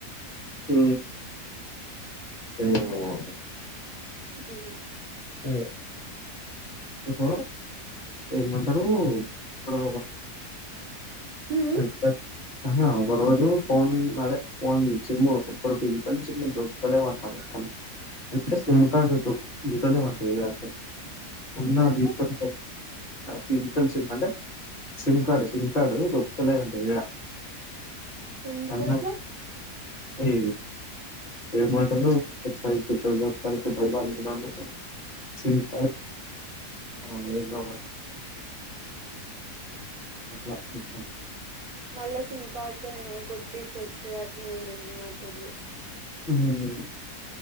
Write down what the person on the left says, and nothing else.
హు మ్
అదే దీపు ఏమంటరు ప్రో
<unintelligible> అహ ఒక రోజు ఫోన్ అదే ఫోన్ సిమ్ము కొడుకుది కానీ సిమ్ములు దొరుకుత లేవంట మొత్తం అంటే సిమ్ కార్డు దో రిటర్న్ ఇవ్వండి మీరు అసలు ఉన్న
తీసుకుని ఫిజికల్ సిమ్ అంటే సిమ్ కార్డు సిమ్ కార్డు దొరుకుతలేదంట ఏడ
అన్న ఏ ఏ మాటలు ట పెట్రోల్ <unintelligible> అవు ఏన్నో అట్లా కష్టం
అహ లేదు